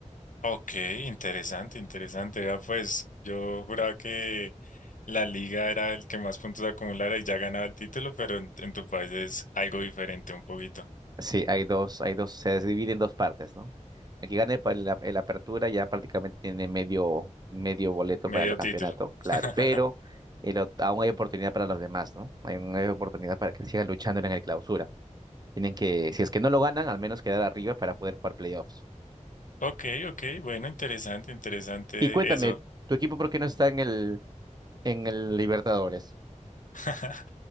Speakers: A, on the left; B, on the right.
A: Ok, interesante, interesante. Vea, pues yo juraba que la liga era el que más puntos acumulara y ya ganaba el título, pero en, en tu país es algo diferente un poquito.
B: Sí, hay dos, hay dos, se divide en dos partes, ¿no? El que gane pa- el, a- el apertura ya prácticamente tiene medio, medio boleto
A: Medio
B: para el campeonato,
A: título.
B: claro,
A: <laughs>
B: pero el ot- aún hay oportunidad para los demás, ¿no? Hay, un- hay oportunidad para que sigan luchando en el clausura. Tienen que, si es que no lo ganan, al menos quedar arriba para poder jugar playoffs.
A: Ok, ok, bueno, interesante, interesante
B: Y cuéntame,
A: eso.
B: ¿tu equipo por qué no está en el, en el Libertadores?
A: <laughs>